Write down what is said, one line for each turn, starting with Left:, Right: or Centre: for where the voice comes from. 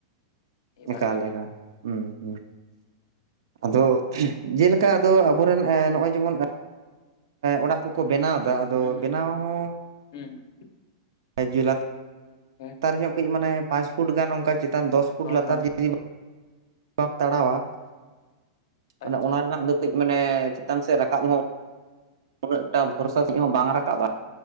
Left: ᱤᱭᱟᱹ
Right: ᱮᱠᱟᱞ
Left: ᱫᱟᱲᱮᱭᱟᱜᱼᱟ ᱵᱤᱱ᱾
Right: ᱮᱠᱟᱞ ᱦᱩᱸ ᱦᱩᱸ ᱟᱫᱚ ᱡᱮᱞᱮ ᱠᱟ ᱟᱫᱚ ᱟᱵᱚᱨᱮᱱ ᱮᱸ ᱱᱚᱜᱼᱚᱭ ᱡᱮᱢᱚᱱ ᱚᱲᱟᱜ ᱠᱚᱠᱚ ᱵᱮᱱᱟᱣ ᱫᱟ ᱟᱫᱚ
Left: ᱦᱩᱸ
Right: ᱵᱮᱱᱟᱣ ᱦᱚᱸ
Left: ᱦᱩᱸ ᱦᱩᱸ,
Right: ᱮᱸ ᱡᱩᱭᱞᱟᱛ ᱞᱟᱛᱟᱨ
Left: ᱦᱮᱸ
Right: ᱧᱚᱜ ᱠᱟᱹᱡ ᱢᱟᱱᱮ ᱯᱟᱸᱪ ᱯᱷᱩᱴ ᱜᱟᱱ ᱚᱱᱠᱟ ᱪᱮᱛᱟᱱ ᱫᱚᱥ ᱯᱷᱩᱴ
Left: ᱦᱳᱭ
Right: ᱞᱟᱛᱟᱨ
Left: ᱦᱳᱭ
Right: <inaudible> ᱵᱟᱢ ᱛᱟᱲᱟᱣᱟ ᱢᱟᱱᱮ
Left: ᱟᱪᱪᱷᱟ
Right: ᱚᱱᱟ ᱨᱮᱱᱟᱜ ᱫᱚ ᱠᱟᱹᱡ ᱢᱟᱱᱮ ᱪᱮᱛᱟᱱ ᱥᱮᱜ ᱨᱟᱠᱟᱵ ᱦᱚᱸ ᱩᱱᱟᱹᱜᱴᱟ ᱵᱷᱚᱨᱥᱟ ᱥᱮᱜ ᱦᱚᱸ ᱵᱟᱝ ᱨᱟᱠᱟᱵ-ᱟ᱾